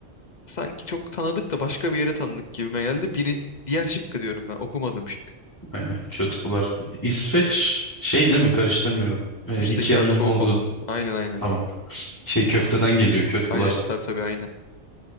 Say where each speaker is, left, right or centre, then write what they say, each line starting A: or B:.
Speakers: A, on the left; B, on the left.
A: sanki çok tanıdık da başka bir yere tanıdık gibime geldi. Birin, diğer şıkkı diyorum ben. Okumadım şık.
B: Aynen kötbular. İsveç şey değil mi? Karıştırmıyorum. Ee,
A: Üstteki
B: Ikea'nın
A: abi soğuk
B: olduğu
A: olan. Aynen aynen.
B: tamam. Şey köfteden geliyor kötbular.
A: Aynen tabii tabii aynen.